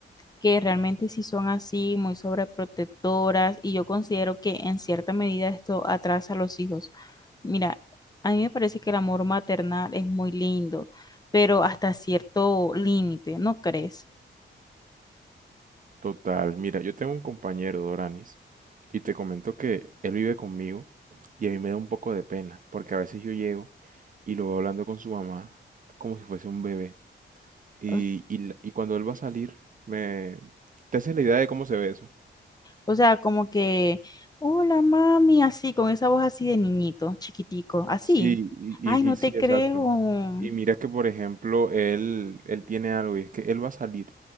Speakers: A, on the left (about 20°); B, on the right (about 45°).
A: que realmente sí son así, muy sobreprotectoras, y yo considero que en cierta medida esto atrasa a los hijos. Mira, a mí me parece que el amor maternal es muy lindo, pero hasta cierto límite, ¿no crees?
B: Total, mira, yo tengo un compañero, Doranis, y te comento que él vive conmigo y a mí me da un poco de pena, porque a veces yo llego y lo veo hablando con su mamá como si fuese un bebé. Y,
A: O,
B: y y cuando él va a salir, me... ¿Te haces la idea de cómo se ve eso?
A: o sea, como que, hola mami, así, con esa voz así de niñito, chiquitico, así.
B: Sí, y,
A: Ay, no
B: y- y sí,
A: te
B: exacto.
A: creo.
B: Y mira que, por ejemplo, él, él tiene algo y es que él va a salir